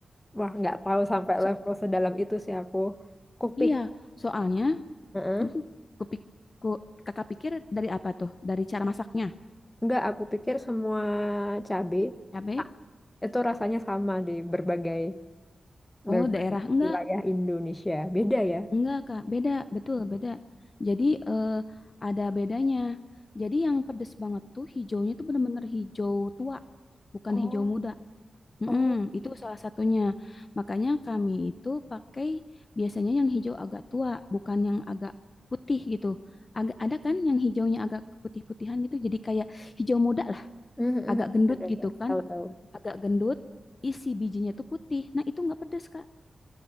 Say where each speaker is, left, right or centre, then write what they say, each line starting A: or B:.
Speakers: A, on the left (about 20°); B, on the left (about 40°).
A: Wah nggak tahu sampai
B: so,
A: level sedalam itu sih aku. Kupik.
B: iya soalnya
A: Heeh.
B: uh, kupik- ku- kakak pikir dari apa tuh dari cara masaknya
A: Nggak, aku pikir semua cabe
B: cabai
A: ah, itu rasanya sama di berbagai berbagai
B: oh daerah enggak
A: wilayah Indonesia. Beda ya?
B: Enggak, Kak. Beda, betul, beda. Jadi eh, ada bedanya. Jadi yang pedes banget tuh hijaunya tuh bener-bener hijau tua, bukan
A: Oh.
B: hijau muda. Mm-mm,
A: Oh,
B: itu salah satunya. Makanya kami itu pakai biasanya yang hijau agak tua, bukan yang agak putih gitu. Agak ada kan yang hijaunya agak keputih-putihan gitu. Jadi kayak hijau muda lah,
A: mhm,
B: agak
A: mhm.
B: gendut
A: Ada, ada.
B: gitu kan.
A: Tahu-tahu.
B: Agak gendut, isi bijinya tuh putih. Nah, itu nggak pedes, Kak.